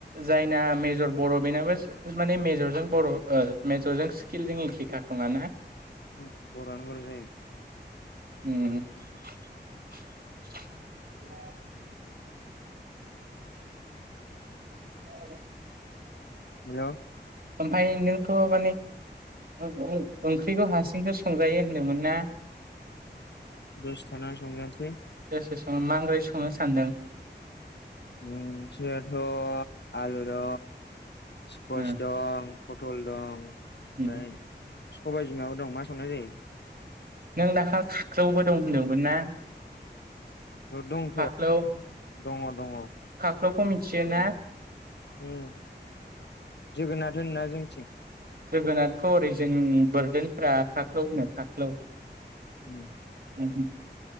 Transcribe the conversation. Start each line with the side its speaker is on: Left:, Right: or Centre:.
Right: जायना मेजर बर' बेनाबो सि माने मेजरजों बर' ओ मेजरजों स्किलजों एखेखा खोमा ना?
Left: उम बर'आनो बर' जायो।
Right: उम <inaudible> औ
Left: हेल'।
Right: ओमफाय नोंथ' माने ओं ओं ओंख्रिखौ हारसिंसो संजायो होनदोंमोन ना?
Left: दसे थाना संजानोसै।
Right: सोर सोर सं मा ओख्रै संनो सानदों।
Left: ओम जोंनाथ' आलु दं। स्कवाच
Right: उम
Left: दं पटल दं ओमफाय
Right: उम
Left: सबाइ बिमाबो दं मा संनाय जायो।
Right: नों दाखाल खाख्लौबो दं होनदोंमोन ना?
Left: दंथ'
Right: खाख्लौ
Left: दङ दङ।
Right: खौ मिन्थियो ना?
Left: उम जोगोनाथ होनोना जोंनिथिं।
Right: जोगोनाथखौ ओरै जों बोरदोनफ्रा खाख्लौ होनो खाख्लौ।
Left: उम
Right: उम हो